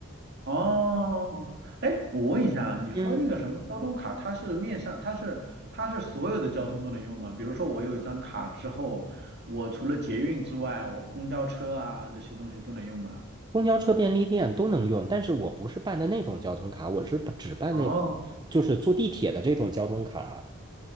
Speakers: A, on the right; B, on the right.
A: 哦，哎，我问一下啊，你说那个什么交通卡，
B: 嗯，
A: 它是面向，它是它是所有的交通都能用吗？比如说我有一张卡之后，我除了捷运之外，我公交车啊这些东西都能用吗？
B: 公交车便利店都能用，但是我不是办的那种交通卡，我是只办那个，
A: 哦
B: 就是坐地铁的这种交通卡。